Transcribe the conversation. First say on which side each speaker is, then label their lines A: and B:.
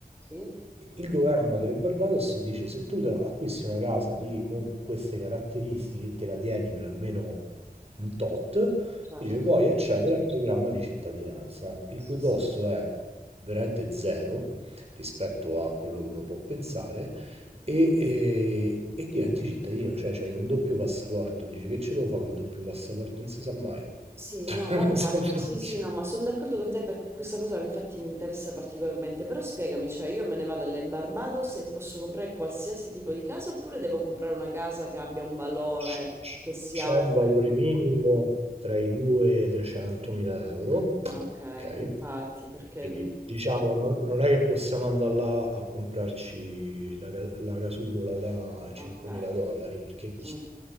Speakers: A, on the right; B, on the right.
A: sì,
B: il governo delle Barbados dice: se tu te- acquisti una casa di- con queste caratteristiche e te la tieni per almeno un tot,
A: certo.
B: dice puoi accedere al programma di cittadinanza, il
A: Sì,
B: cui costo
A: sì.
B: è veramente zero rispetto a quello che uno può pensare e, e- e diventi cittadino, cioè c'hai un doppio passaporto, dici che ce devo fare col doppio passaporto? Non si sa mai.
A: Sì,
B: <laughs>
A: no,
B: Nel
A: vabbè,
B: senso,
A: ma sì,
B: Ah,
A: sì,
B: c-
A: no, ma sono d'accordo con te perché questa cosa infatti mi interessa particolarmente. Però spiegami, cioè io me ne vado alle Barbados e posso comprare qualsiasi tipo di casa oppure devo comprare una casa che abbia un valore
B: c-
A: che sia
B: C'è
A: oltre.
B: un valore minimo tra i 2 e i 300.000 euro,
A: Ok,
B: ok?
A: infatti, perché
B: Quindi diciamo non, non è che possiamo andare là a comprarci la, ca- la casupola da 5.000
A: ok,
B: dollari, perché
A: ok,